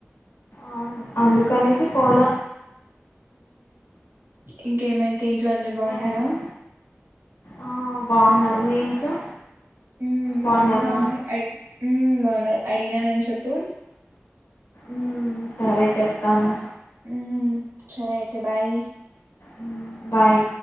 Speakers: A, on the left; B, on the right.
A: అవును అందుకనేసి పోల
B: ఇంకేమై తే ఇంట్లో అందరు బాగున్నారా
A: అయితే ఆ బాగున్నారు మీ ఇంట్లో
B: మ్మ్
A: బాగున్నారా
B: అందరు బాగున్నారు అడి మ్మ్ బాగున్నారు అడిగినానని చెప్పు
A: ఉమ్ సరే చెప్పతాను
B: ఉమ్ సరే అయితే బాయి
A: ఉమ్ బాయ్